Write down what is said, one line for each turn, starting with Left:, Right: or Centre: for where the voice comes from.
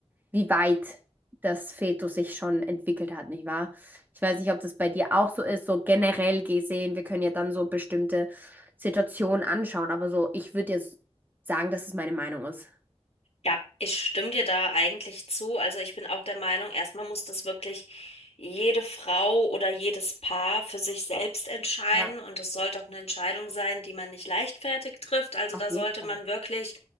Right: wie weit das Fetus sich schon entwickelt hat, nicht wahr? Ich weiß nicht, ob das bei dir auch so ist, so generell gesehen. Wir können ja dann so bestimmte Situationen anschauen, aber so, ich würde jetzt sagen, dass es meine Meinung ist.
Left: Ja, ich stimme dir da eigentlich zu. Also ich bin auch der Meinung, erstmal muss das wirklich jede Frau oder jedes Paar für sich selbst entscheiden.
Right: Ja,
Left: Und es sollte auch eine Entscheidung sein, die man nicht leichtfertig trifft. Also
Right: auf
Left: da
Right: jeden
Left: sollte
Right: Fall.
Left: man wirklich